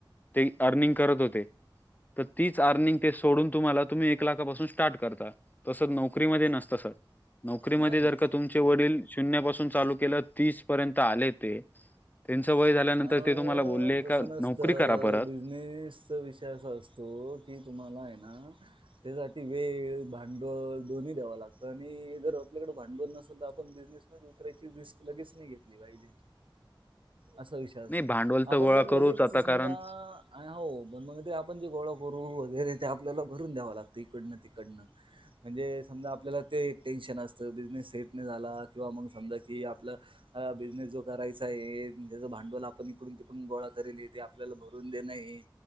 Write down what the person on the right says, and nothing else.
नाही नाही
अहो
तसं नसतं
<unintelligible> विषय असा असतो की तुम्हाला आहे ना त्यासाठी वेळ, भांडवल दोन्ही द्याव लागतं आणि जर आपल्याकडें भांडवल नसेल तर आपण बिझनेस उतरायची रिस्क लगेच नाही घेतली पाहिजे. असा विषय असतो.
आपण
जर
लगेच
समजा
आणि हो पण मग ते आपण जे गोळा करून वगैरे ते आपल्याला भरून द्यावं लागतं इकडनं तिकडनं. म्हणजे समजा आपल्याला ते एक टेन्शन असतं बिझनेस सेट नाही झाला किंवा मग समजा कि आपलं हा बिझनेस जो करायचा आहे. त्याच भांडवल आपण इकडून तिकडून गोळा करेल ये ते आपल्याला भरून देणं हे.